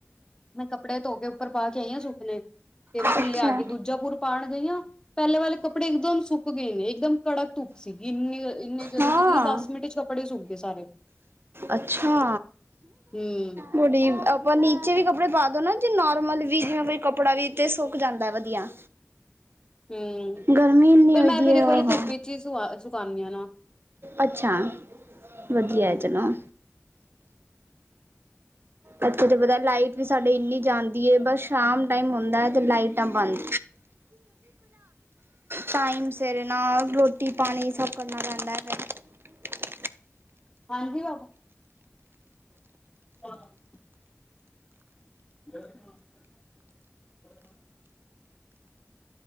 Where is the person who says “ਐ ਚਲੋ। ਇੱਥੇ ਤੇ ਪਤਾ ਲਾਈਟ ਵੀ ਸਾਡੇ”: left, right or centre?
Right